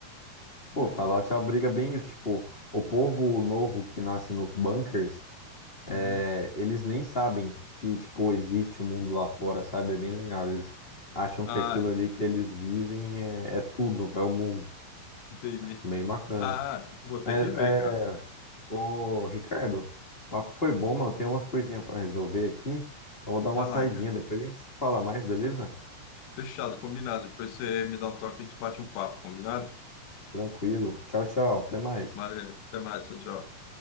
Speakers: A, on the left; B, on the left.
A: Pô,
B: É.
A: Fallout abriga bem isso. Tipo, o povo novo que nasce nos bunkers, é,
B: Uhum.
A: eles nem sabem que, tipo, existe um mundo lá fora, sabe? É bem legal. Eles acham
B: Ah,
A: que aquilo ali que eles vivem é, é tudo, é o mundo.
B: entendi.
A: Bem bacana.
B: Ah, vou ter
A: Mas,
B: que ver,
A: é,
B: cara.
A: ô, Ricardo, o papo foi bom, mas eu tenho umas coisinhas pra resolver aqui. Então, vou dar uma
B: Vai
A: saidinha.
B: lá, cara.
A: Depois a gente se fala mais, beleza?
B: Fechado, combinado. Depois você me dá um toque e a gente bate um papo, combinado?
A: Tranquilo. Tchau, tchau. Até mais.
B: Valeu, até mais, tchau, tchau.